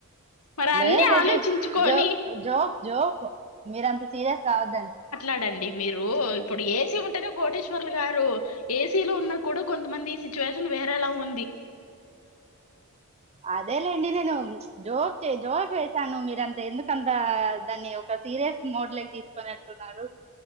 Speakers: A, on the left (about 75°); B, on the right (about 30°).
A: మరి
B: లేదు
A: అన్ని
B: లేండి
A: ఆలోచించుకొని
B: జో జో జోక్ మీరంత సీరియస్ కావద్దండి
A: కడండి మీరు ఇప్పుడు ఏసీ ఉంటేనే కోటేశ్వర్లు గారు ఏసీ లో ఉన్న గూడా కొంతమంది సి టుచ్యుషన్ వేరేలా ఉం
B: అదేలేండి నేను జోక్ జోక్ వేసాను మీరంత ఎందుకంతా దాన్ని ఒక సీరియస్ మోడ్ కి తీసుకొని వెళ్తున్నారు